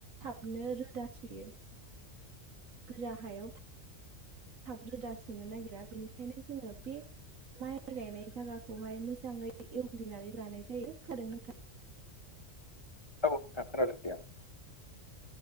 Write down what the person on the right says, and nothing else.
थाबनो रोदा सुयो गोरा हायाव। थाब रोदा सोनो नागिरा बेनिखायनो जोङो बे माइ गायनाय जायगाखौहाय मोजाङै एवग्लिनानै लानाय जायो <unintelligible> खादों नोंथां